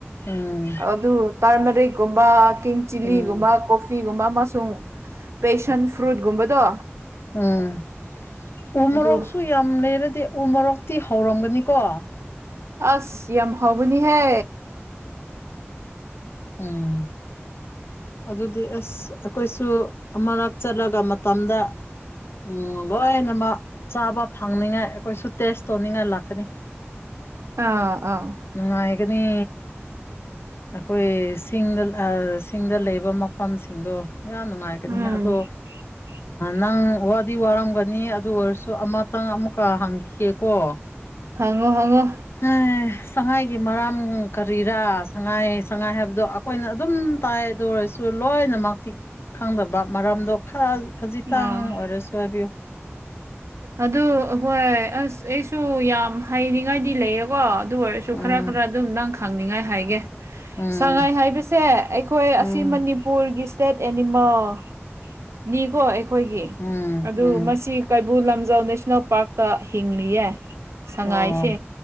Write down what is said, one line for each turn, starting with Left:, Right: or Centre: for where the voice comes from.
Left: ꯎꯝ
Right: ꯑꯗꯨ ꯇꯥꯔꯃꯔꯤꯛꯀꯨꯝꯕ ꯀꯤꯡ ꯆꯤꯂꯤꯒꯨꯝꯕ
Left: ꯎꯝ
Right: ꯀꯣ ꯐꯤꯒꯨꯝꯕ ꯑꯃꯁꯨꯡ ꯄꯦꯁꯟ ꯐ꯭ꯔꯨꯠꯀꯨꯝꯕꯗꯣ
Left: ꯎꯝ ꯎ
Right: ꯑꯗꯨ
Left: ꯃꯣꯔꯣꯛꯁꯨ ꯌꯥꯝ ꯂꯩꯔꯗꯤ ꯎ ꯃꯣꯔꯣꯛꯇꯤ ꯍꯧꯔꯝꯒꯅꯤꯀꯣ
Right: ꯑꯁ ꯌꯥꯝ ꯍꯧꯕꯅꯤꯍꯦ
Left: ꯎꯝ ꯑꯗꯨꯗꯤ ꯑꯁ ꯑꯩꯈꯣꯏꯁꯨ ꯑꯃꯔꯛ ꯆꯠꯂꯒ ꯃꯇꯝꯗ ꯎꯝ ꯂꯣꯏ <unintelligible> ꯆꯥꯕ ꯐꯪꯅꯤꯉꯥꯏ ꯑꯩꯈꯣꯏꯁꯨ ꯇꯦꯁ ꯇꯧꯅꯤꯡꯉꯥꯏ ꯂꯥꯛꯀꯅꯤ
Right: ꯑꯥ ꯑꯥ
Left: ꯅꯨꯡꯉꯥꯏꯒꯅꯤ ꯑꯩꯈꯣꯏ ꯁꯤꯡꯗ ꯑ ꯁꯤꯡꯗ ꯂꯩꯕ ꯃꯐꯝꯁꯤꯡꯗꯣ ꯌꯥꯝ ꯅꯨꯡꯉꯥꯏꯒꯅꯤ
Right: ꯎꯝ
Left: ꯑꯗꯣ
Right: <inaudible>
Left: ꯅꯪ ꯋꯥꯗꯤ ꯋꯥꯔꯝꯒꯅꯤ ꯑꯗꯨ ꯑꯣꯏꯔꯁꯨ ꯑꯃꯇꯪ ꯑꯃꯨꯛꯀ ꯍꯪꯈꯤꯒꯦꯀꯣ
Right: ꯍꯪꯉꯣ ꯍꯪꯉꯣ
Left: <unintelligible> ꯁꯉꯥꯏꯒꯤ ꯃꯔꯝ ꯀꯔꯤꯔꯥ ꯁꯉꯥꯏ ꯁꯉꯥꯏ ꯍꯥꯏꯕꯗꯣ ꯑꯩꯈꯣꯏꯅ ꯑꯗꯨꯝ ꯇꯥꯏ ꯑꯗꯨ ꯑꯣꯏꯔꯁꯨ ꯂꯣꯏꯅꯃꯛ ꯊꯤꯛ ꯈꯪꯗꯕ ꯃꯔꯝꯗꯣ <unintelligible> ꯈꯖꯤꯛꯇꯪ
Right: ꯑꯥ
Left: ꯑꯣꯏꯔꯁꯨ ꯍꯥꯏꯕꯤꯌꯨ
Right: ꯑꯗꯨ ꯍꯣꯏ ꯑꯁ ꯑꯩꯁꯨ ꯌꯥꯝ ꯍꯥꯏꯅꯤꯡꯉꯥꯏꯗꯤ ꯂꯩꯌꯦꯀꯣ ꯑꯗꯨ ꯑꯣꯏ ꯁꯨ
Left: ꯎꯝ
Right: ꯈꯔ ꯈꯔ ꯑꯗꯨꯝ ꯅꯪ ꯈꯪꯅꯤꯡꯉꯥꯏ ꯍꯥꯏꯒꯦ
Left: ꯎꯝ
Right: ꯁꯉꯥꯏ ꯍꯥꯏꯕꯁꯦ ꯑꯩꯈꯣꯏ
Left: ꯎꯝ
Right: ꯑꯁꯤ ꯃꯅꯤ ꯄꯨꯨꯔꯒꯤ ꯏꯁ꯭ꯇꯦꯠ ꯑꯦꯅꯤꯃꯦꯜꯅꯤꯀꯣ ꯑꯩꯈꯣꯏꯒꯤ
Left: ꯎꯝ
Right: ꯑꯗꯨ
Left: ꯎꯝ
Right: ꯃꯁꯤ ꯀꯩꯕꯨꯜ ꯂꯝꯖꯥꯎ ꯅꯦꯁꯅꯦꯜ ꯄꯥꯔꯛꯇ ꯍꯤꯡꯂꯤꯌꯦ ꯁꯉꯥꯏꯁꯦ
Left: ꯑꯣ